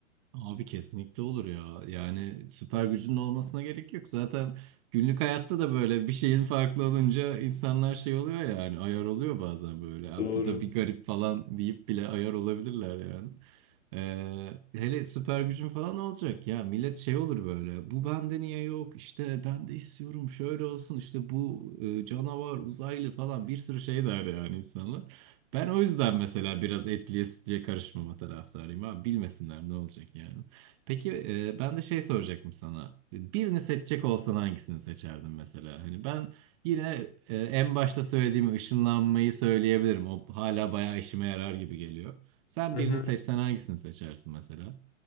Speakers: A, on the right; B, on the left.
A: Abi kesinlikle olur ya. Yani süper gücünün olmasına gerek yok. Zaten günlük hayatta da böyle bir şeyin farklı olunca insanlar şey oluyor yani ayar oluyor bazen böyle. "Ya
B: Doğru.
A: bu da bir garip falan deyip bile ayar olabilirler yani. Ee, hele süper gücün falan olacak ya millet şey olur böyle bu bende niye yok işte ben de istiyorum şöyle olsun işte bu e, canavar uzaylı falan bir sürü şey der yani insanlar. Ben o yüzden mesela biraz etliye sütlüye karışmama taraftarıyım abi. Bilmesinler ne olacak yani. Peki e, ben de şey soracaktım sana. Birini seçecek olsan hangisini seçerdin mesela? Hani ben yine e, en başta söylediğim ışınlanmayı söyleyebilirim. O hala bayağı işime yarar gibi geliyor. Sen
B: Hı
A: birini
B: hı.
A: seçsen hangisini seçersin mesela?